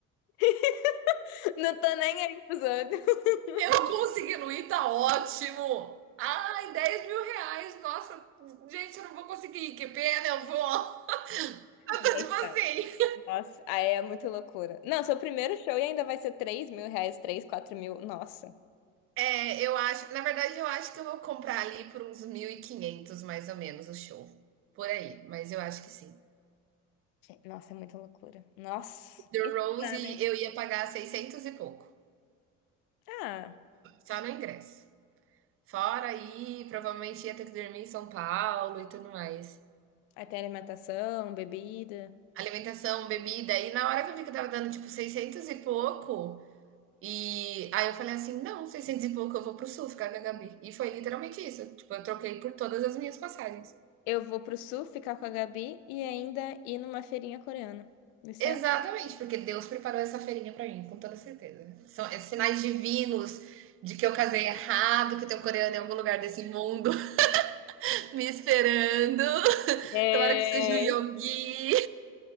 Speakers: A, on the left (about 70°); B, on the right (about 35°).
A: <laughs> Não tô nem aí pros outros.
B: Eu conseguindo ir, tá ótimo. Ai, dez mil reais. Nossa, gente, eu não vou conseguir. Que pena, eu vou. <laughs>
A: <laughs>
B: Eu
A: Gente,
B: tô tipo assim.
A: não. Nossa, aí é muito loucura. Não, seu primeiro show e ainda vai ser 3 mil reais, 3 4 mil. Nossa.
B: É, eu acho. Na verdade, eu acho que eu vou comprar ali por uns 1.500, mais ou menos o show. Por aí. Mas eu acho que sim.
A: Nossa, é muita loucura. Nossa.
B: O The
A: Isso-
B: Rose
A: né?
B: eu ia pagar 600 e pouco.
A: Ah,
B: Só no ingresso. Fora aí, provavelmente ia ter que dormir em São Paulo e tudo mais.
A: aí tem alimentação, bebida.
B: Alimentação, bebida. E na hora que eu vi que eu tava dando tipo 600 e pouco. E aí eu falei assim: não, 600 e pouco eu vou pro sul ficar com a Gabi. E foi literalmente isso. Tipo, eu troquei por todas as minhas passagens.
A: Eu vou pro sul ficar com a Gabi e ainda ir numa feirinha coreana. Vicente?
B: Exatamente, porque Deus preparou essa feirinha pra mim, com toda certeza. São é sinais divinos de que eu casei errado, que tem um coreano em algum lugar desse mundo <laughs> me esperando.
A: É,
B: Tomara que seja o Yonggi.